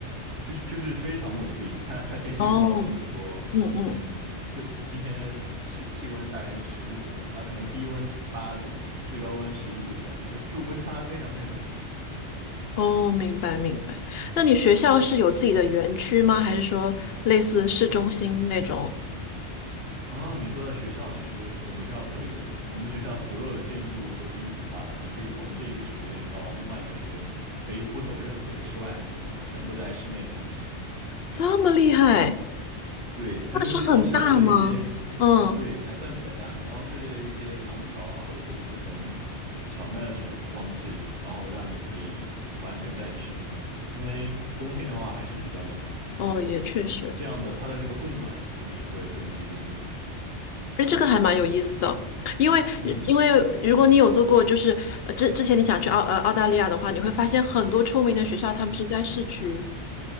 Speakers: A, on the right; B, on the left.
A: 就是就是非常稳定。它它天气预报，
B: 哦，
A: 比如说，
B: 嗯嗯，
A: 嗯，最今天的气气温大概是十度左右，那可能低温八度，最高温十一度这样的，就就温差非常非常的小。
B: 哦，明白明白。那你学校是有自己的园区吗？还是说类似市中心那种？
A: 哦，你说的学校，其实我们学校特别有意思。我们学校所有的建筑物都是一体化的，你可以从这一个学院到另外一个学院，可以不走任何室外的地方，全部在室内通行。
B: 这么厉害，
A: 对，它就是用设计了一些，
B: 那是很大吗？嗯，
A: 对，还算比较大的，然后设计了一些廊桥啊，或者说一些很巧妙的这种装置，然后让你可以完全在室内通行。因为冬天的话还是比较冷嘛，
B: 哦，
A: 然后就这样的，
B: 也确实，
A: 它的这个供暖什么的也会更集中一点。
B: 哎，这个还蛮有意思的。因为因为如果你有做过，
A: 嗯。
B: 就是呃之之前你想去澳呃澳大利亚的话，你会发现很多出名的学校他们是在市区。